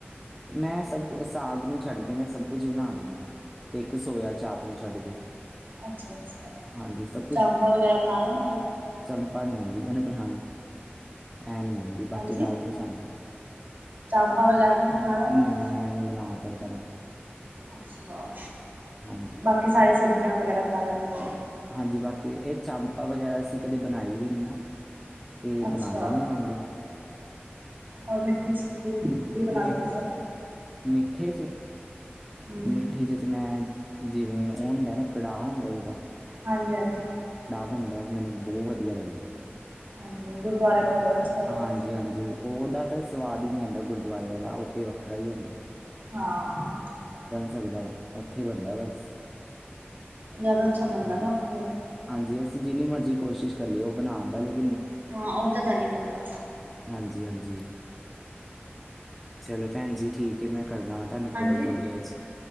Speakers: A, in the centre; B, on the right (about 55°).
A: ਮੈਂ ਸਭ ਸਾਗ ਨੂੰ ਛੱਡ ਕੇ ਮੈਂ ਸਭ ਕੁਝ ਬਣਾ ਲੈਣਾ ਤੇ ਇੱਕ ਸੋਇਆ ਚਾਪ ਨੂੰ ਛੱਡ ਕੇ।
B: ਅੱਛਾ-ਅੱਛਾ
A: ਹਾਂਜੀ ਸਭ
B: ਚਾਂਪਾਂ ਵਗੈਰਾ ਬਣਾ ਲੈਂਦੇ ਹੋ?
A: ਦਾਲ ਨੀ ਆਉਂਦੀ ਮੈਨੂੰ ਬਨਾਣਾ। ਐ ਨਹੀਂ ਆਂਦੀ ਬਾਕੀ
B: ਹਾਂਜੀ
A: ਸਾਰਾ ਕੁਛ ਆਂਦਾ ਹੈ।
B: ਚਾਂਪਾਂ ਵਗੈਰਾ ਮੈਂ ਕਿਹਾ ਬਣਾ ਲੈਂਦੇ
A: ਨਹੀਂ
B: ਹੋ
A: ਇਹ ਨਹੀਂ ਬਣਾ ਸਕਦਾ ਮੈਂ
B: ਅੱਛਾ,
A: ਹਾਂਜੀ
B: ਬਾਕੀ ਸਾਰੀ ਸਬਜ਼ੀਆਂ ਵਗੈਰਾ ਬਨਾ ਲੈਂਦੇ ਹੋ।
A: ਹਾਂਜੀ, ਬਾਕੀ ਇਹ ਚਾਮਪਾ ਵਗੈਰਾ ਅਸੀਂ ਕਦੇ ਬਣਾਈ ਵੀ ਨਹੀਂ ਨਾ ਤੇ
B: ਅੱਛਾ
A: ਬਣਾਨੀ ਵੀ ਨਹੀਂ ਆਂਦੀ।
B: ਔਰ ਮਿੱਠੇ 'ਚ? ਕੀ ਕੀ ਬਣਾ
A: ਮਿ
B: ਲੈਂਦੇ ਹੋ
A: ਮਿੱਠੇ ਚ
B: ਹੂੰ
A: ਮਿੱਠੇ ਚ ਸਮੈ ਜਿਵੇਂ ਉਹ ਹੁੰਦਾ ਹੈ ਨਾ ਕੜਾਹ ਹੁੰਦਾ ਨਾ ਜਿਦਾ
B: ਹਾਂਜੀ-ਹਾਂਜੀ
A: ਹੂੰਦਾ ਹੈ ਉ ਮੈਨੂੰ ਬੋ ਵਧੀਆ ਲੱਗਦੈ‌।
B: ਹਾਂਜੀ ਗੁਰਦੁਆਰੇ ਵਾਲਾ ਜ਼ਿਆਦਾ ਅੱਛਾ ਲੱਗਦਾ
A: ਹਾਂਜੀ - ਹਾਂਜੀ, ਓਹਦਾ ਤਾਂ ਸਵਾਦ ਹੀ ਨੀ ਆੰਦਾ ਗੁਰਦੁਆਰੇ ਵਾਲਾ ਓਹ ਤੇ ਵੱਖਰਾ ਹੀ ਹੁੰਦੈ।
B: ਹਾਂ
A: ਸਕਦਾ ਔਥੇ ਹੀ ਬਣਦਾ ਹੈ ਬਸ।
B: ਜਾਦਾ ਅੱਛਾ ਬੰਨਦਾ
A: ਹਾਂਜੀ
B: ਨਾ ਔਥੇ।
A: ਹਾਂਜੀ ਜਿੰਨੀ ਮਰਜ਼ੀ ਕੋਸ਼ਿਸ਼ ਕਰ ਲਈ ਓਹ ਬਣਾਣ ਦਾ ਲੇਕਿ
B: ਹਾਂ ਓਦਾਂ ਦਾ ਨੀ ਬਣਦਾ
A: ਹਾਂਜੀ -ਹਾਂਜੀ, ਚਲੋ ਭੈਣ ਜੀ ਠੀਕ ਹੈ ਮੈਂ ਕਰਦਾ ਵਾਂ ਤੁਹਾਨੂੰ
B: ਹਾਂਜੀ
A: ਕੋਲ ਥੋੜ੍ਹੀ ਦੇਰ 'ਚ‌।